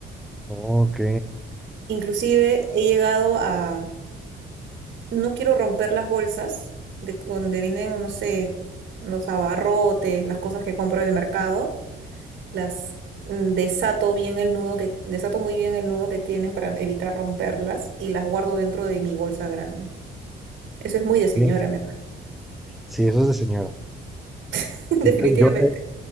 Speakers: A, in the centre; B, on the right.
A: ok.
B: Inclusive he llegado a, no quiero romper las bolsas de donde vienen, no sé, los abarrotes, las cosas que compro del mercado, las mm, desato bien el nudo que, desato muy bien el nudo que tienen para evitar romperlas y las guardo dentro de mi bolsa grande. Eso es muy de señora,
A: Bien.
B: me parece.
A: Sí, eso es de señora.
B: <laughs> Definitivamente.
A: Ent- Yo, eh,